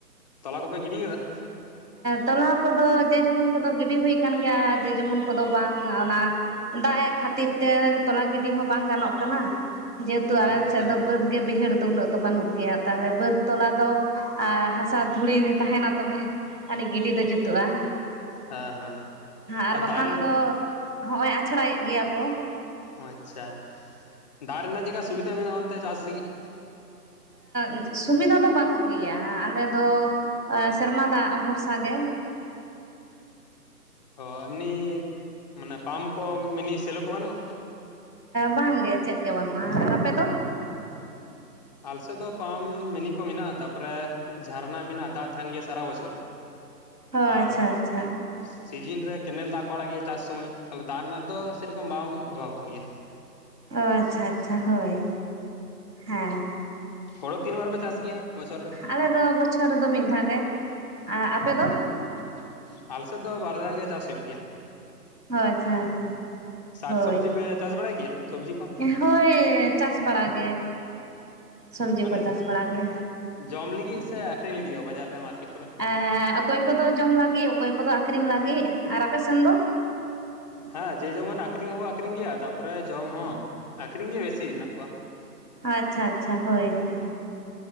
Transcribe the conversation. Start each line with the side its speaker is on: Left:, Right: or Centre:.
Left: ᱛᱚᱞᱟ ᱠᱚᱯᱮ ᱜᱤᱰᱤ ᱟᱠᱟᱫᱟ?
Right: ᱛᱚᱞᱟ ᱠᱚᱫᱚ ᱡᱮ ᱡᱮᱢᱚᱱ ᱠᱚᱫᱚ ᱜᱤᱰᱤ ᱦᱩᱭ ᱟᱠᱟᱱ ᱜᱮᱭᱟ ᱡᱮ ᱡᱮᱢᱚᱱ ᱠᱚᱫᱚ ᱵᱟᱝ, ᱚᱱᱟᱼᱼ ᱫᱟᱜ ᱮᱜ ᱠᱷᱟᱛᱼᱼ ᱛᱤᱨ ᱛᱮ ᱛᱚᱞᱟ ᱜᱤᱰᱤ ᱦᱚᱸ ᱵᱟᱝ ᱜᱟᱱᱚᱜ ᱠᱟᱱᱟ᱾ ᱡᱮᱦᱮᱛᱩ ᱟᱞᱮ
Left: ᱟᱪᱪᱷᱟ
Right: ᱥᱮᱫ ᱫᱚ ᱵᱟᱹᱫᱽ ᱜᱮ ᱵᱟᱹᱭᱦᱟᱹᱲᱼᱼ ᱟᱫᱚ ᱩᱱᱟᱹᱜ ᱫᱚ ᱵᱟᱹᱱᱩᱜ ᱜᱮᱭᱟ ᱛᱟᱦᱚᱞᱮ ᱵᱟᱹᱫᱽ ᱛᱚᱞᱟ ᱫᱚ ᱦᱟᱸᱥᱟ ᱫᱷᱩᱲᱤ ᱛᱟᱦᱮᱱᱟ ᱛᱚᱵᱮᱼᱼ ᱟᱹᱱᱤᱡ ᱜᱤᱰᱤ ᱫᱚ ᱡᱩᱛᱩᱜ-ᱟ᱾
Left: ᱦᱮᱸ ᱦᱮᱸ
Right: ᱟᱨ ᱵᱟᱠᱷᱟᱱ
Left: ᱫᱟᱜ ᱨᱮ
Right: ᱫᱚᱼᱼ ᱦᱚᱸᱜ-ᱚᱭ ᱟᱪᱷᱲᱟᱭᱮᱜ ᱜᱮᱭᱟ ᱠᱚ,
Left: ᱚ ᱟᱪᱪᱷᱟ ᱫᱟᱜ ᱨᱮᱱᱟᱜ ᱪᱮᱫᱠᱟ ᱥᱩᱵᱤᱫᱷᱟ ᱢᱮᱱᱟᱜ-ᱟ? ᱚᱱᱛᱮ ᱪᱟᱥ ᱞᱟᱹᱜᱤᱫ᱾
Right: ᱮᱸ ᱥᱩᱵᱤᱫᱷᱟ ᱫᱚ ᱵᱟᱹᱱᱩᱜ ᱜᱮᱭᱟ, ᱟᱞᱮ ᱫᱚᱼᱼ ᱥᱮᱨᱢᱟ ᱫᱟᱜ ᱵᱷᱚᱨᱥᱟ ᱜᱮ᱾
Left: ᱚ ᱮᱢᱱᱤ ᱢᱟᱱᱮ ᱯᱟᱢᱯ ᱠᱚ ᱢᱤᱱᱤ ᱥᱮᱞᱚ ᱠᱚ ᱵᱟᱹᱱᱩᱜ-ᱟ?
Right: ᱵᱟᱝ-ᱜᱮ ᱪᱮᱫ ᱜᱮ ᱵᱟᱹᱱᱩᱜ-ᱟ᱾ ᱟᱨ ᱟᱯᱮ ᱫᱚ?
Left: ᱟᱞ ᱥᱮᱫ ᱫᱚ ᱯᱟᱢ ᱢᱤᱱᱤ ᱠᱚ ᱢᱮᱱᱟᱜ-ᱟ, ᱛᱟᱯᱚᱨᱮ ᱡᱷᱟᱨᱱᱟ ᱢᱮᱱᱟᱜ-ᱟ, ᱫᱟᱜ ᱛᱟᱦᱮᱸᱱ ᱜᱮᱭᱟ ᱥᱟᱨᱟ ᱵᱚᱪᱷᱚᱨ᱾
Right: ᱚ ᱟᱪᱪᱷᱟ
Left: ᱟᱨ
Right: ᱟᱪᱪᱷᱟ
Left: <inaudible> ᱥᱤᱡᱤᱱ ᱨᱮ ᱠᱮᱱᱮᱞ ᱫᱟᱜ ᱠᱚ ᱟᱲᱟᱜ ᱜᱮᱭᱟ ᱪᱟᱥ ᱥᱚᱢᱚᱭ, ᱛᱟᱦᱞᱮ ᱫᱟᱜ ᱨᱮᱱᱟᱜ ᱫᱚ ᱥᱮᱨᱚᱠᱚᱢ ᱵᱟᱝ ᱚᱵᱷᱟᱵᱚᱜ ᱜᱮᱭᱟ᱾
Right: ᱚ ᱟᱪᱪᱷᱟ ᱟᱪᱪᱷᱟ ᱦᱳᱭ ᱦᱮᱸ᱾
Left: ᱦᱳᱲᱳ ᱛᱤᱱ ᱵᱟᱨ ᱯᱮ ᱪᱟᱥ ᱜᱮᱭᱟ ᱵᱚᱪᱷᱚᱨ ᱨᱮ?
Right: ᱟᱞᱮ ᱫᱚ ᱵᱚᱪᱷᱚᱨ ᱨᱮᱫᱚ ᱢᱤᱫ ᱫᱷᱟᱣ ᱜᱮ᱾ ᱟᱨ ᱟᱯᱮ ᱫᱚ
Left: ᱵᱟ ᱟᱞᱮ ᱥᱮᱫ ᱫᱚ ᱵᱟᱨ ᱫᱷᱟᱣ ᱜᱮ ᱪᱟᱥ ᱦᱩᱭᱩᱜ ᱜᱮᱭᱟ᱾
Right: ᱦᱳ ᱟᱪᱪᱷᱟ ᱟᱪᱪᱷᱟ
Left: ᱥᱟᱠ
Right: ᱦᱳᱭ
Left: ᱥᱚᱵᱽᱡᱤ ᱪᱟᱥ ᱵᱟᱲᱟᱭ ᱜᱮ ᱥᱚᱵᱽᱡᱤ ᱠᱚ?
Right: ᱦᱳᱭ ᱪᱟᱥ ᱵᱟᱲᱟ ᱜᱮ, ᱥᱚᱵᱽᱡᱤ
Left: ᱢᱟᱱᱮ
Right: ᱠᱚ ᱪᱟᱥ ᱵᱟᱲᱟ ᱜᱮ᱾
Left: ᱡᱚᱢ ᱞᱟᱹᱜᱤᱫ ᱥᱮ ᱟᱠᱷᱨᱤᱧ ᱞᱟᱹᱜᱤᱫ ᱦᱚ ᱵᱟᱡᱟᱨ ᱨᱮ ᱢᱟᱨᱠᱮᱴ ᱠᱚᱨᱮ?
Right: ᱮ ᱚᱠᱚᱭ ᱠᱚᱫᱚ ᱡᱚᱢ ᱞᱟᱹᱜᱤᱫ, ᱚᱠᱚᱭ ᱠᱚᱫᱚ ᱟᱹᱠᱷᱨᱤᱧ ᱞᱟᱹᱜᱤᱫ ᱟᱨ ᱟᱯᱮᱥᱱ ᱫᱚ᱾
Left: ᱦᱮᱸ ᱡᱮ ᱡᱮᱢᱚᱱ ᱟᱹᱠᱷᱨᱤᱧ ᱦᱚᱸᱠᱚ ᱟᱹᱠᱷᱨᱤᱧ ᱜᱮᱭᱟ ᱛᱟᱯᱚᱨᱮ ᱡᱚᱢ ᱦᱚᱸ᱾ ᱟᱹᱠᱷᱨᱤᱧ ᱜᱮ ᱵᱮᱥᱤ ᱢᱮᱱᱟᱜ ᱠᱚᱣᱟ᱾
Right: ᱟᱪᱪᱷᱟ ᱟᱪᱪᱷᱟ ᱦᱳᱭ ᱦᱮᱸ